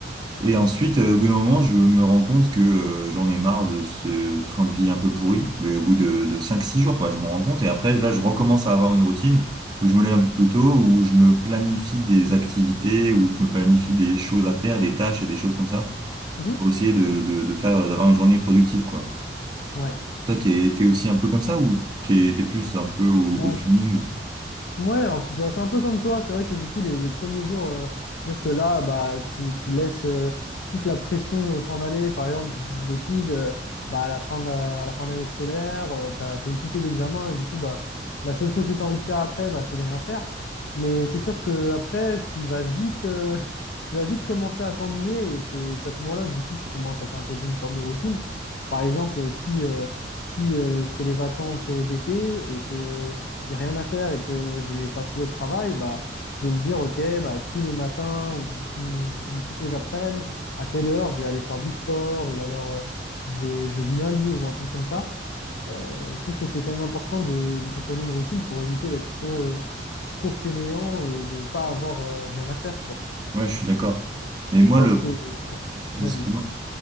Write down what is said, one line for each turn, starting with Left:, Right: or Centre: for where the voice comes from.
Right: Et ensuite, euh, au bout d'un moment, je me rends compte que euh, j'en ai marre de ce train de vie un peu pourri. Mais au bout de, de 5-6 jours, quoi, je me rends compte. Et après, là, je recommence à avoir une routine où je me lève plus tôt, où je me planifie des activités, où je me planifie des choses à faire, des tâches et des choses comme ça,
Left: Mhm.
Right: pour essayer de, de, de faire, euh, d'avoir une journée productive, quoi.
Left: Ouais.
Right: Toi, t'es, t'es aussi un peu comme ça ou t'es, t'es plus un peu au,
Left: Bah,
Right: au feeling?
Left: s- ouais, enf- bah, c'est un peu comme toi. C'est vrai que du coup, les, les premiers jours, euh, c'est-à-dire que là, bah, tu, tu laisses euh, toute la pression euh, s'en aller. Par exemple, je dis une bêtise, euh, bah, à la fin de, à la fin d'année scolaire, tu as, eu tous tes examens et du coup, bah, la seule chose que tu as envie de faire après, bah, c'est de rien faire. Mais c'est sûr que après, tu vas vite, euh, <laughs> tu vas vite commencer à t'ennuyer et c'est c'est à ce moment-là que du coup, tu commences à t'imposer une sorte de routine. Par exemple, si, euh, si euh, c'est les vacances euh, d'été et que il n'y a rien à faire et que j'ai pas trouvé de travail, bah, je vais me dire, ok, bah, tous les matins ou, tout- ou toutes les après-midi, à telle heure, je vais aller faire du sport ou alors euh, je vais, je lis un livre ou un truc comme ça. Euh, je trouve que c'est quand même important de, de s'imposer une routine pour éviter d'être trop, euh, trop fainéant et de pas avoir euh, rien à faire, quoi.
Right: Ouais, je suis d'accord. Et moi,
Left: Parce
Right: le...
Left: que, ouais,
Right: Excuse-moi.
Left: vas-y.